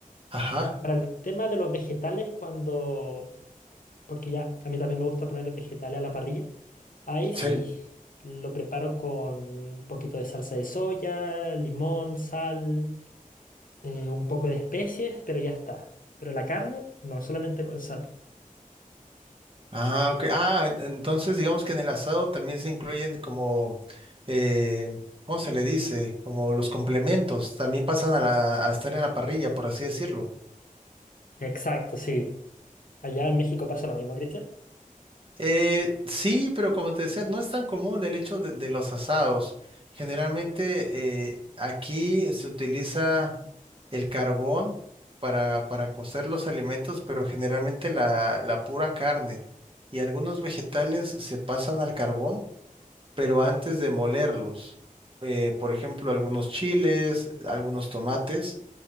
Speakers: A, on the right; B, on the left.
A: Ajá,
B: Para el tema de los vegetales, cuando... Porque ya, a mí también me gusta poner vegetales a la parrilla. Ahí sí,
A: sí.
B: lo preparo con un poquito de salsa de soya, limón, sal, eh, un poco de especies, pero ya está. Pero la carne, no, solamente con sal.
A: Ah, ok. Ah, en- entonces digamos que en el asado también se incluyen como, eh, ¿cómo se le dice? Como los complementos, también pasan a, la, a estar en la parrilla, por así decirlo.
B: Exacto, sí. Allá en México pasa lo mismo, Cristian.
A: Eh, sí, pero como te decía, no es tan común el hecho de, de los asados. Generalmente eh, aquí se utiliza el carbón para, para cocer los alimentos, pero generalmente la, la pura carne y algunos vegetales se pasan al carbón, pero antes de molerlos. Eh, por ejemplo, algunos chiles, algunos tomates